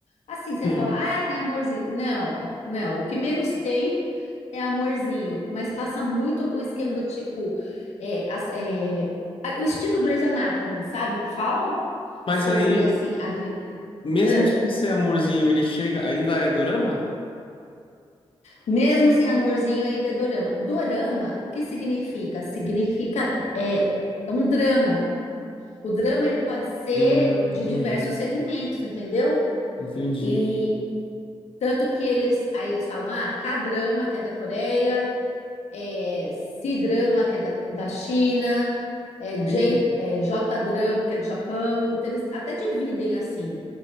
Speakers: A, on the left; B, on the left.
A: Assim, você
B: Hum.
A: fala, ah, tem amorzinho. Não, não. O que menos tem é amorzinho, mas passa muito o esquema do tipo, é, as- é, a- o estilo Grey's Anatomy, sabe? Que fala
B: Mas
A: sobre
B: aí,
A: assim, a vi-
B: mesmo
A: Ah,
B: sem ser amorzinho, ele chega, ainda é dorama?
A: mesmo sem amorzinho ainda é dorama. Dorama, o que significa? Significa é, é um drama. O drama ele pode ser
B: Hum,
A: de
B: entendi.
A: diversos segmentos, entendeu?
B: Entendi.
A: E Tanto que eles, aí eles falam, ah, K-drama, que é da Coreia, é, C-drama, que é da, da China, é, J,
B: Entendi.
A: é, J-drama, que é do Japão. Então eles até dividem assim.